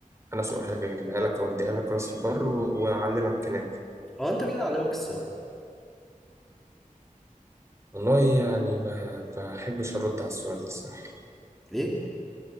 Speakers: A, on the right; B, in the centre.
A: انا سؤالك اجيبها لك اوديها لك راس البر و- واعلمك هناك
B: هو أنت مين اللي علمك السواقة؟
A: والله يعني ب- بحبش ارد على السؤال ده الصراحه
B: ليه؟